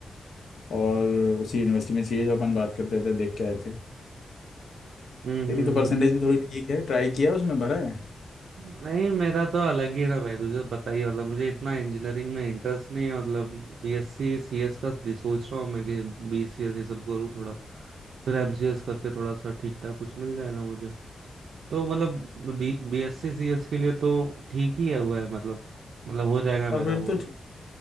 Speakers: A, on the left; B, on the right.
A: और उसी यूनिवर्सिटी में चाहिए जो अपन बात करते थे देख के आए थे
B: हम्म
A: तेरी
B: हम्म,
A: तो परसेंटेज
B: हम्म।
A: भी थोड़ी ठीक है ट्राई किया उसमें भरा है
B: नहीं मेरा तो अलग ही है ना भाई तुझे बताइए मतलब मुझे इतना इंजीनियरिंग में इंटरेस्ट नहीं है मतलब बीएससी सीएस का दि- सोच रहा हूँ मैं कि बीसीएस ये सब करूँ थोड़ा फिर एमसीएस करके थोड़ा सा ठीक ठाक कुछ मिल जाएगा मुझे तो मतलब बी बीएससी सीएस के लिए तो ठीक ही है हुआ है मतलब मतलब हो जाएगा मेरा
A: अब फिर
B: वो
A: तो ठीक